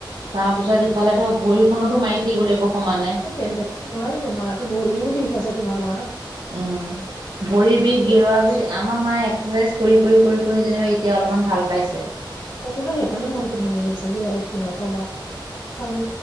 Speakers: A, on the right (about 70°); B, on the left (about 60°).
A: তাৰপিছত ইফালেটো ভৰিখনতো মাৰি দিব লাগিব। সমানে
B: ই তেন্ত নোৱাৰিব মাৰটো ভৰিও বিষ আছে তোমাৰ মাৰ।
A: উম ভৰিৰ বিষ,
B: সেইকাৰণে
A: গেৰুৱা বিষ, আমাৰ মায়ে এক্সাৰচাইজ কৰি-কৰি-কৰি-কৰি তেওঁ এতিয়া অলপমান ভাল পাইছে।
B: তেখেতৰ সেই কাৰণে মনতটো ভাঙি গৈছে দিয়া একো নকবা। কাৰণ